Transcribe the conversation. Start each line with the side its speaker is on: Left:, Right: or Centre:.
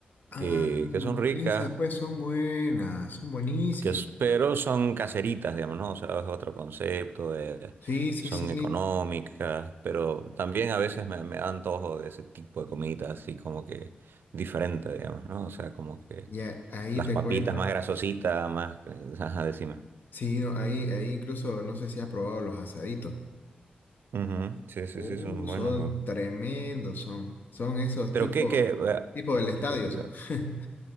Left: Ah,
Right: eh, que son ricas,
Left: esas pues son buenas, son buenísimas.
Right: que, es- pero son caseritas, digamos, ¿no? O sea, es otro concepto, de-
Left: Sí, sí,
Right: son
Left: sí.
Right: económicas, pero también a veces me, me da antojo de ese tipo de comidas así como que diferente, digamos, ¿no? O sea, como que...
Left: Y a- ahí
Right: Las
Left: te
Right: papitas
Left: cuento.
Right: más grasositas, más... Ajá, decime.
Left: Sí, no, ahí, ahí incluso no sé si has probado los asaditos.
Right: Ujú, Sí, sí,
Left: Uh,
Right: sí, son buenos
Left: son
Right: igual.
Left: tremendos, son. Son esos
Right: Pero
Left: tipos,
Right: qué, qué...
Left: tipo
Right: eh,
Left: tipo del estadio
Right: eh, eh,
Left: son. <laughs>